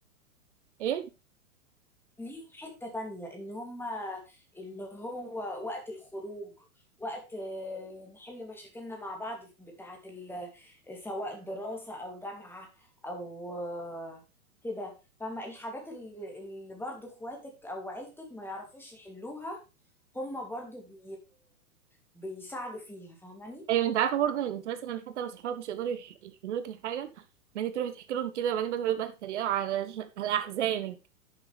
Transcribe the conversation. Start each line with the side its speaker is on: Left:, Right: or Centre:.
Right: ايه
Centre: ليهم حتة تانية ان هما اللي هو وقت الخروج وقت آه، نحل مشاكلنا مع بعض بتاعة ال- سواء دراسة او جامعة او آه، كده فما الحاجات اللي اللي برضو اخواتك او عيلتك ما يعرفوش يحلوها هما برضو بي بيساعدوا فيها فاهماني
Right: ايوه انت عارفه برضه انت مثلا حتى لو صحابك مش يقدروا يح- يحلوا لك الحاجه ما انت تروحي تحكي لهم كده وبعدين بقى تقعدوا بقى تتريقوا على على احزانك